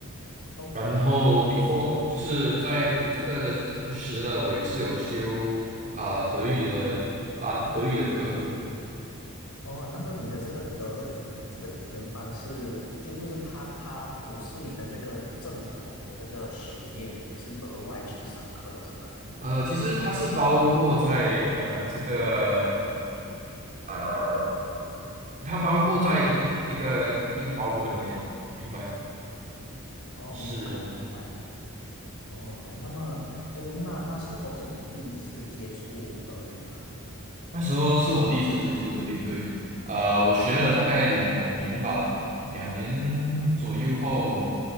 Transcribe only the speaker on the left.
，OK。
哦，那么你的这个德语的这个语言班是，就就是他他不是你的这个正统的这个学业，你是额外去上课的是吗？
哦，
哦，明白了，明白了。哦，那么就那那时候是你第一次接触德语吗？